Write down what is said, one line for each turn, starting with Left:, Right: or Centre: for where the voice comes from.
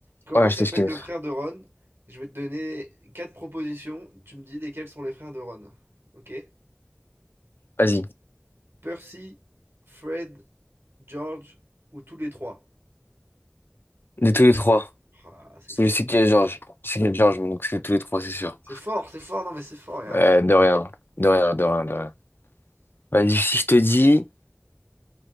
Right: Comment
Left: Ouais,
Right: s'appelle
Left: je t'excuse.
Right: le frère de Ron? Je vais te donner quatre propositions. Tu me dis lesquels sont les frères de Ron. Ok?
Left: Vas-y.
Right: Percy, Fred, George ou tous les trois?
Left: De tous les trois.
Right: Ah, c'est fort.
Left: Je sais qu'il y a Georges. Je sais qu'il y a Georges, mais donc c'est tous les trois, c'est sûr.
Right: C'est fort, c'est fort, non mais c'est fort, il y a
Left: Euh,
Right: un avis.
Left: de rien. De rien, de rien, de rien. Vas-y, si je te dis,